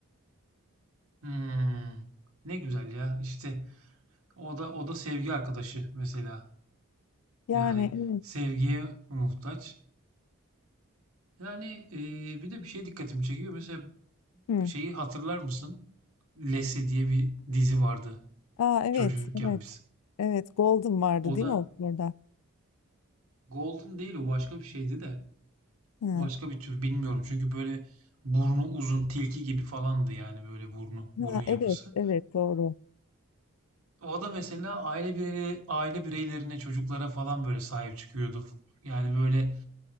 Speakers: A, on the right; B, on the left.
A: hmm. Ne güzel ya. İşte o da o da sevgi arkadaşı mesela.
B: Yani
A: Yani
B: evet.
A: sevgiye muhtaç. Yani e, bir de bir şey dikkatimi çekiyor. Mesela
B: Hı.
A: Şeyi hatırlar mısın? Lassie diye bir dizi vardı
B: Aa evet,
A: çocukken
B: evet.
A: biz.
B: Evet, Golden vardı
A: O
B: değil
A: da
B: mi o orada?
A: Golden değil o başka bir şeydi de.
B: Hı.
A: Başka bir tür bilmiyorum. Çünkü böyle burnu uzun tilki gibi falandı yani böyle burnu burun
B: Ha,
A: yapısı.
B: evet, evet doğru.
A: O da mesela aile birey, aile bireylerine çocuklara falan böyle sahip çıkıyordu. Yani böyle